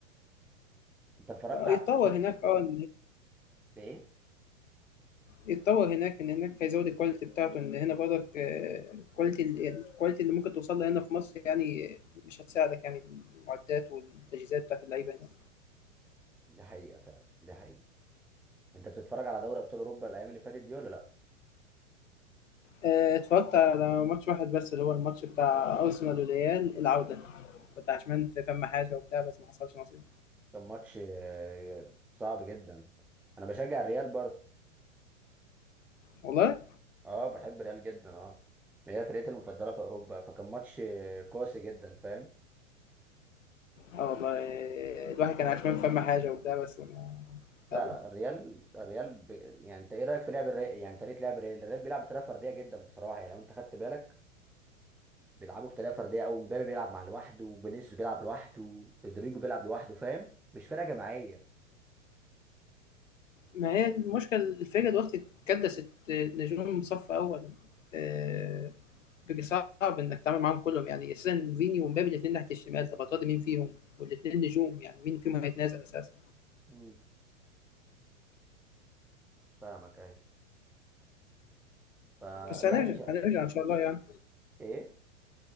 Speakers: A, in the centre; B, on the left.
A: انت اتفرجت على
B: يتطور
A: ماتش
B: هناك اه
A: ايه
B: يتطور هناك ان هناك هيزود الكواليتي بتاعته ان هنا برضك الكواليتي الكواليتي اللي ممكن توصل لها هنا في مصر يعني مش هتساعدك يعني المعدات والتجهيزات بتاعت اللعيبه هنا
A: دي حقيقه فعلا دي حقيقه انت بتتفرج على دوري ابطال اوروبا الايام اللي فاتت دي ولا لا
B: آه، اتفرجت على ماتش واحد بس اللي هو الماتش بتاع ارسنال والريال العوده كنت عشمان في فم حاجه وبتاع بس ما حصلش نصيب
A: كان ماتش آه، صعب جدا انا بشجع الريال برضه
B: والله
A: اه بحب ريال جدا اه هي فرقتي المفضله في اوروبا فكان ماتش قاسي جدا فاهم
B: اه والله آه، الواحد كان عشمان في فم حاجه وبتاع بس ما
A: لا
B: يلا
A: لا الريال الريال ب... يعني انت ايه رايك في لعب الريال يعني طريقه لعب الريال الريال بيلعب بطريقه فرديه جدا بصراحه يعني لو انت خدت بالك بيلعبوا بطريقه فرديه قوي مبابي بيلعب مع لوحده وفينيسيوس بيلعب لوحده رودريجو بيلعب لوحده فاهم مش فرقه جماعيه
B: ما هي المشكله الفرقه دلوقتي اتكدست نجوم صف اول آه، صعب انك تتعامل معاهم كلهم يعني اساسا فيني ومبابي الاثنين ناحيه الشمال طب هتقعد مين فيهم والاثنين نجوم يعني مين فيهم هيتنازل اساسا
A: امم فاهمك ايوه فالواحد
B: بس هنرجع
A: مش
B: هنرجع ان شاء الله يعني
A: ايه